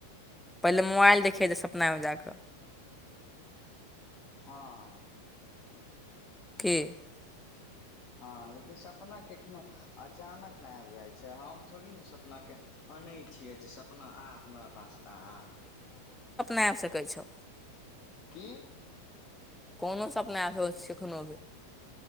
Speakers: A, in the centre; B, on the left.
A: पहिले मोबाइल देखिय जे सपनामे जा कऽ
B: हँ
A: <unintelligible>
B: हँ लेकिन सपना केखनो अचानक नहि आबि जाइत छै हम थोड़ी ने सपना के अनैत छियै जे सपना आ हमरा पास आ आ
A: आ सकय छौ
B: की
A: कोनो सपना आब सकय तो कानो